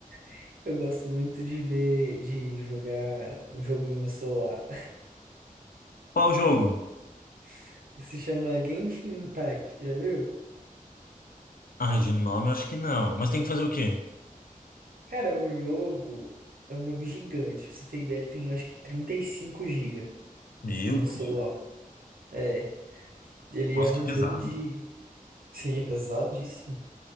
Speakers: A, on the right (about 85°); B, on the left (about 80°).
A: <laughs> eu gosto muito de ver, de jogar um joguinho no celular.
B: Qual o jogo?
A: <laughs> Se chama Genshin Impact, já viu?
B: Ai, de nome eu acho que não. Mas tem que fazer o quê?
A: Cara, é um jogo. É um jogo gigante. Pra você ter ideia, ele tem acho que trinta e cinco gigas.
B: Meu
A: no
B: Deus.
A: celular. É. Ele
B: Nossa,
A: é um
B: que pesado.
A: jogo de. Sim, é pesadíssimo.